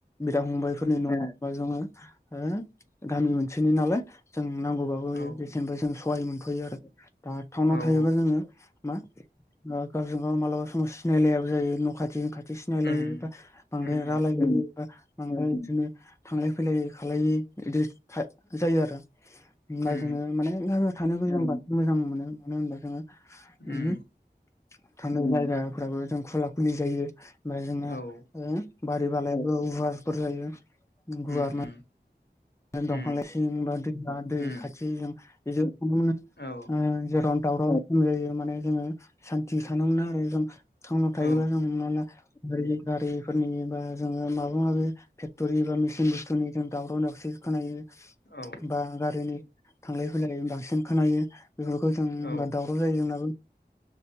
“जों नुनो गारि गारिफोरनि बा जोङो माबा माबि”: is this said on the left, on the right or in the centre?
Left